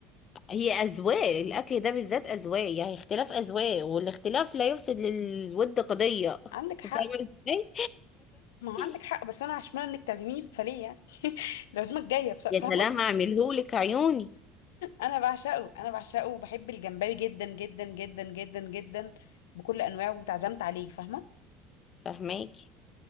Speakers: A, on the left; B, on the left.
A: هي اذواق الاكل ده بالذات اذواق يعني اختلاف اذواق والاختلاف لا يفسد للود قضية
B: عندك حق
A: فاهمة ازاي
B: ما هو عندك
A: <laughs>
B: حق بس انا عشان انك تعزميني فليه يعني <laughs> العزومه الجايه بص- فاهمه
A: يا سلام اعملهولك عيوني
B: انا بعشقه انا بعشقه وبحب الجمبري جدا جدا جدا جدا جدا بكل انواعه واتعزمت عليه فاهمه
A: فهماكي